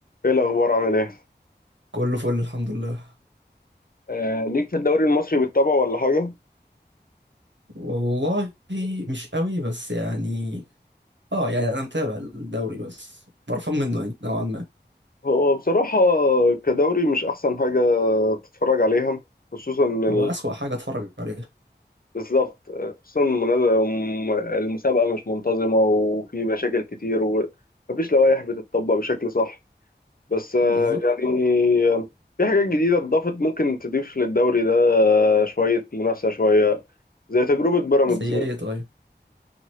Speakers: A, on the left; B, on the right.
A: ايه الاخبار عامل ايه
B: كله فل الحمد لله
A: آه ليك في الدوري المصري بالطبع ولا حاجه
B: والله مش قوي بس يعني اه يعني انا متابع الدوري بس قرفان منه يعني نوعا ما
A: هو بصراحه كدوري مش احسن حاجه تتفرج عليها خصوصا ال...
B: هو اسوأ حاجة اتفرج عليها
A: بالظبط آه، خصوصا المنا- الم- المسابقه مش منتظمه وفي مشاكل كتير ومفيش لوائح بتطبق بشكل صح بس آه
B: بالظبط
A: يعني آه، في حاجات جديده اتضافت ممكن تضيف للدوري ده آه، شويه منافسه شويه زي تجربه بيراميدز
B: زي ايه طيب